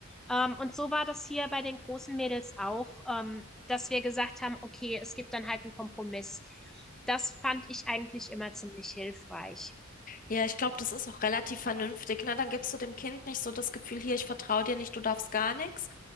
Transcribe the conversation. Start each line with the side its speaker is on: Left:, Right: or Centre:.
Centre: Ähm, und so war das hier bei den großen Mädels auch, ähm, dass wir gesagt haben, okay, es gibt dann halt einen Kompromiss. Das fand ich eigentlich immer ziemlich hilfreich.
Left: Ja, ich glaube, das ist auch relativ vernünftig, ne? Dann gibst du dem Kind nicht so das Gefühl, hier, ich vertraue dir nicht, du darfst gar nichts,